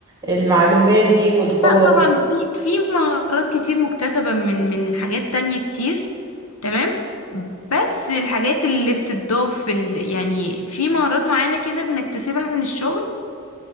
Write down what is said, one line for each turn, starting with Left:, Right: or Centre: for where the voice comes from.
Right: المعلومات دي والقوة
Left: لا طبعا
Right: دي؟
Left: في في مهارات كتير مكتسبة من من حاجات تانية كتير تمام بس الحاجات اللي بتضاف في ال... يعني في مهارات معينة كده بنكتسبها من الشغل